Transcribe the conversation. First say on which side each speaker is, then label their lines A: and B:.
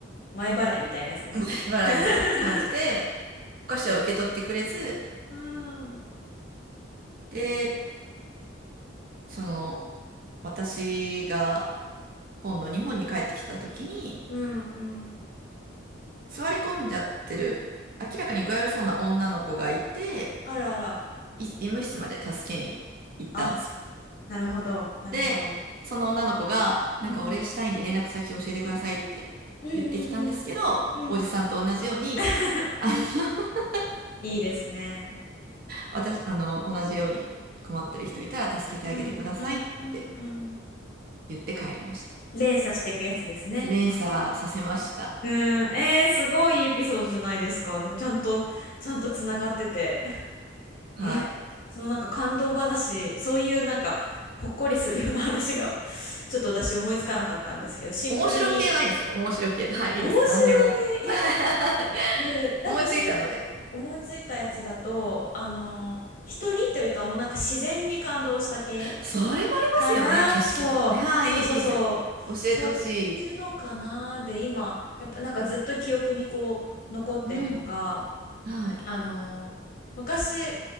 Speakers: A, on the left; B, on the right.
A: 前払いみたいなやつですね。
B: 払
A: <laughs>
B: 払いみたいな感じで、お菓子は受け取ってくれず、
A: うん。
B: で、その、私が今度日本に帰ってきたときに、
A: うん。うん。
B: 座り込んじゃってる、明らかに具合悪そうな女の子がいて、
A: あらあら。
B: い医務室まで助けに行ったんですよ。
A: あ、なるほど、なるほど。
B: で、その女の子が、なんかお礼したいんで連絡先教えてくださいって言ってきたんですけど、
A: うん。うんうんうんうん。
B: おじさんと同じように、
A: <laughs>
B: あの、<laughs>
A: いいですね。
B: 私、あの、同じように困ってる人いたら助けてあげてくださいって
A: うんうんうんうん。
B: 言って帰りました。
A: 連鎖していくやつですね。
B: 連鎖させました。
A: その。うん。えー、すごいエピソードじゃないですか。ちゃんと、ちゃんとつながってて。<laughs>
B: はい。
A: えそのなんか感動話、そういうなんか、ほっこりするような話が、ちょっと私思いつかなかったんですけど、シンプルに、
B: 面白系ないですか面白系。はい、
A: 面白げ。
B: いいですよ。何でも。
A: いや、
B: <laughs>
A: なうん、なんかす、
B: 思いついたので。
A: 思いついたやつだと、あの、人にっていうよりかはもうなんか自然に感動した系
B: それもありますよね。
A: かなそう。
B: 景色とかね。はい、
A: そうそうそう。
B: いいです。教えてほしい。
A: そっちのかなで、今、やっぱなんかずっと記憶にこう、残ってるのが、
B: うん。はい。
A: あの、昔、